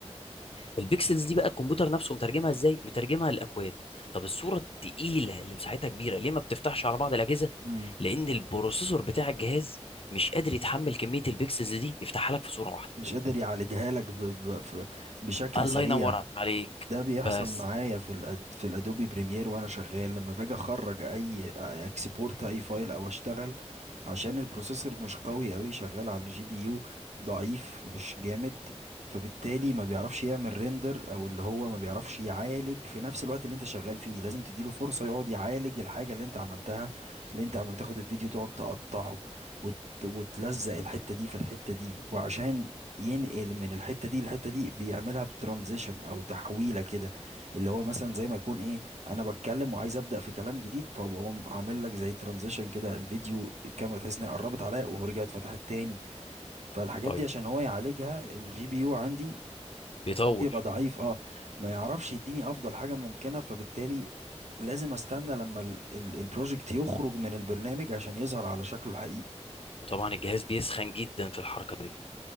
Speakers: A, on the left; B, on the right.
A: البيكسلز دي بقى الكمبيوتر نفسه مترجمها ازاي مترجمها لاكواد طب الصوره التقيله اللي مساحتها كبيره ليه ما بتفتحش على بعض الاجهزه
B: مم.
A: لان البروسيسور بتاع الجهاز مش قادر يتحمل كميه البيكسلز دي يفتحها لك في صوره واحده
B: مش قادر يعالجها لك ب... ب... ف- بشكل
A: الله
B: سريع
A: ينور عليك
B: ده بيحصل
A: بس
B: معايا في الأد... في الادوبي بريمير وانا شغال لما باجي اخرج اي اكسبورت اي فايل او اشتغل عشان البروسيسور مش قوي قوي شغال على الجي بي يو ضعيف مش جامد فبالتالي ما بيعرفش يعمل ريندر او اللي هو ما بيعرفش يعالج في نفس الوقت اللي انت شغال فيه لازم تديله فرصة يقعد يعالج الحاجة اللي انت عملتها اللي انت عم بتاخد الفيديو تقعد تقطعه وت... وتلزق الحتة دي في الحتة دي وعشان ينقل من الحتة دي للحتة دي بيعملها بترانزيشن او تحويلة كده اللي هو مثلا زي ما يكون ايه انا بتكلم وعايز ابدأ في كلام جديد فبقوم عامل لك زي ترانزيشن كده الفيديو الكاميرا تحس انها قربت عليا ورجعت فتحت تاني فالحاجات
A: طيب
B: دي عشان هو يعالجها الجي بي يو عندي
A: بيطول
B: ممكن يبقى ضعيف اه ما يعرفش يديني افضل حاجة ممكنة فبالتالي لازم استنى لما ال- ال- البروجكت يخرج من البرنامج عشان يظهر على شكله الحقيقي
A: وطبعا الجهاز بيسخن جدا في الحركه دي